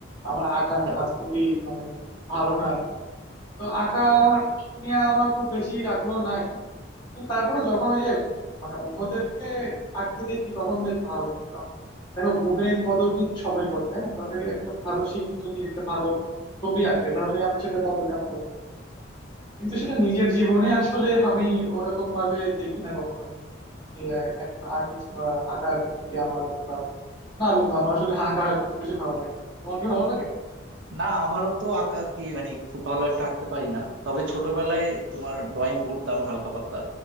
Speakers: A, on the left (about 25°); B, on the right (about 75°).
A: আমার আঁকা
B: আচ্ছা
A: হাত
B: আচ্ছা
A: খুবই মানে ভালো না আর কি তো আঁকা নিয়ে আমার খুব বেশি আগ্রহ নাই কিন্তু তারপরে যখন ওই যে মানে অন্যদেরকে আঁকতে দেখি তখন বেশ ভালো লাগে কারণ দেখো গুণের কদর কিন্তু সবাই করে তাই না তাহলে একজন ভালো শিল্পী যদি একটা ভালো ছবি আঁকে তাহলে আমি সেটা করবো কেন করবো? কিন্তু সেটা নিজের জীবনে আসলে আমি ওরকম ভাবে দেখি না কখনোই যে আহ, একজন আর্টিস্ট বা আঁকা আঁকির দিকে আমার অতটা না বন্ধু আমার আসলে আঁকা আঁকি খুব বেশি ভালো লাগে না তোমার কি ভালো লাগে
B: না আমারও তো আঁকা আঁকি মানে খুব ভালো একটা আঁকতে পারি না তবে ছোটবেলায় তোমার ড্রয়িং করতাম হালকা পাতলা